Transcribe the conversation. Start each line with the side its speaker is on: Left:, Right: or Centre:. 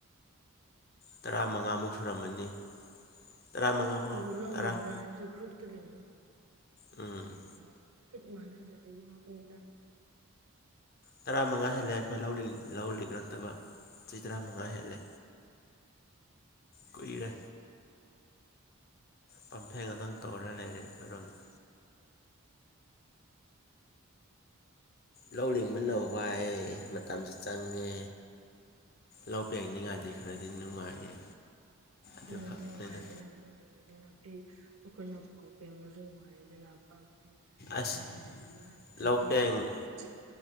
Left: ꯇꯔꯥꯃꯉꯥꯃꯨꯛ ꯁꯨꯔꯝꯃꯅꯤ ꯇꯔꯥꯃꯉꯥꯃꯨꯛ
Right: ꯑꯗꯨꯕꯨ ꯂꯧ
Left: ꯇꯔꯥ
Right: ꯂꯤꯡꯕ ꯍꯥꯏꯕꯖꯤ ꯒ꯭ꯔꯨꯞꯇ ꯂꯤꯡꯕꯅ
Left: ꯎꯝ
Right: ꯀꯩꯅꯣ ꯈꯨꯠ ꯃꯥꯟꯅꯗ꯭ꯔꯗꯤ ꯋꯥꯕꯅꯤꯗ
Left: ꯇꯔꯥꯃꯉꯥ ꯍꯦꯜꯂꯛꯑꯦ ꯈꯣꯏ ꯂꯧ ꯂꯤꯡꯉꯛꯇꯕ ꯆꯍꯤ ꯇꯔꯥꯃꯉꯥ ꯍꯦꯜꯂꯦ ꯂꯦ ꯀꯨꯏꯔꯦ ꯄꯝꯐꯦꯟ ꯉꯥꯛꯇꯪ ꯇꯧꯔ ꯂꯩꯔꯦ ꯑꯩꯈꯣꯏꯔꯣꯝꯗ ꯂꯧ ꯂꯤꯡꯕꯅ ꯋꯥꯏꯑꯦ ꯃꯇꯝꯁꯨ ꯆꯪꯉꯦ ꯂꯧ ꯄꯦꯡꯅꯤꯉꯥꯏꯗꯤ ꯈꯔꯗꯤ ꯅꯨꯡꯉꯥꯏꯌꯦ ꯑꯗꯨꯈꯛꯅꯤꯗ
Right: ꯎꯝ ꯗꯨ ꯅꯨꯉꯥꯏꯗꯨꯅ ꯂꯧꯔꯤ ꯗꯨꯅꯗꯤ ꯅꯥꯄꯤ ꯑꯈꯣꯏꯅ ꯐꯧ ꯄꯦꯡꯉꯁꯨ ꯅꯨꯡꯉꯥꯏꯌꯦ ꯑꯗꯨꯅ ꯄꯥꯡꯐꯦꯟ
Left: ꯑꯁ
Right: ꯄꯥꯝꯐꯦꯟ ꯍꯨꯟꯕ ꯍꯥꯏꯕꯁꯤꯗꯤ
Left: ꯂꯧ ꯄꯦꯡ
Right: ꯑꯃꯨꯛ ꯆꯤꯠ